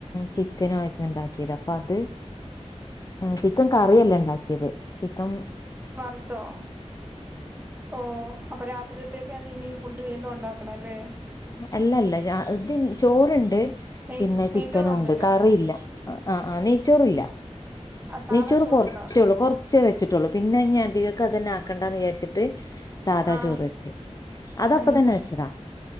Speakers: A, on the left; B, on the right.
A: ചിക്കനു ആയിരുന്നു ഇണ്ടാക്കിയേത് അപ്പൊ അത് ചിക്കൻ കറിയല്ല ഇണ്ടാക്കിയത് ചിക്കം
B: വർത്തോ ഓ അപ്പൊ രാത്രിക്കത്തേന്ത ഇനി ഫുഡ് വീണ്ടും ഉണ്ടാക്കണം ല്ലേ?
A: അല്ലല്ല അത് ചോറണ്ട്
B: നെയ്ച്
A: പിന്നെ
B: നെയ്ച്ചോറുണ്ടല്ലേ
A: ചിക്കനും ഉണ്ട് കറില്ല ആഹ് അഹ് നീ ചോറല്ല
B: ആ സാധാ
A: നീച്ചോറ്
B: ചോറുണ്ടോ
A: കുറച്ചേള്ളൂ കൊറച്ചേ വെച്ചിട്ടുള്ളൂ പിന്നെ ഞൻ പ്രതികൾക്ക അത്തന്നെ ആക്കണ്ട എന്ന് വിചാരിച്ചിട്ട് സാദാ
B: ആ
A: ചോറ് വെച്ച് അതപ്പ
B: അനിയിപ്പോ
A: തന്നെ വെച്ചതാ